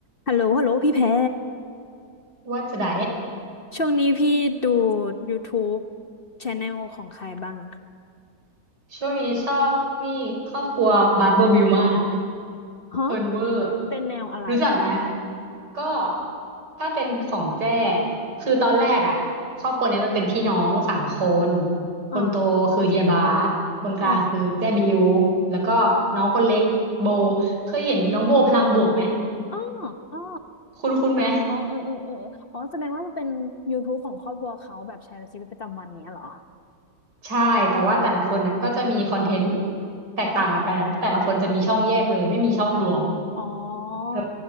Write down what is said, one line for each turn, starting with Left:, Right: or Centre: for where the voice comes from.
Left: ฮัลโหลฮัลโหลพี่แพร
Right: ว่าจะไหน
Left: ช่วงนี้พี่ดู YouTube Channel ของใครบ้าง
Right: ช่วงนี้ชอบนี่ครอบครัวบาร์โบบิลมาก
Left: ฮะ
Right: เพลิร์นเวอร์
Left: เป็นแนวอะไรอ่ะ
Right: รู้จักไหมก็ถ้าเป็นของแจ้คือตอนแรกอ่ะครอบครัวเนี้ยมันเป็นพี่น้องสามคน
Left: อ๋อ
Right: คนโตคือเฮียบาสคนกลางคือแจ้บิวแล้วก็น้องคนเล็กโบ
Left: อ๋อ
Right: เคยเห็นน้องโบพลังบวกไหม
Left: อ๋ออ๋อ
Right: คุ้นคุ้นไหม
Left: อ๋อเออเออเอออ๋อแสดงว่ามันเป็น YouTube ของครอบครัวเขาแบบแชร์ชีวิตประจำวันเนี้ยเหรอ
Right: ใช่แต่ว่าแต่ละคนนะก็จะมีคอนเทนต์แตกต่างกันไปนะแต่ละคนจะมีช่องแยกเลยไม่มีช่องรวม
Left: อ๋ออ๋อ
Right: เออ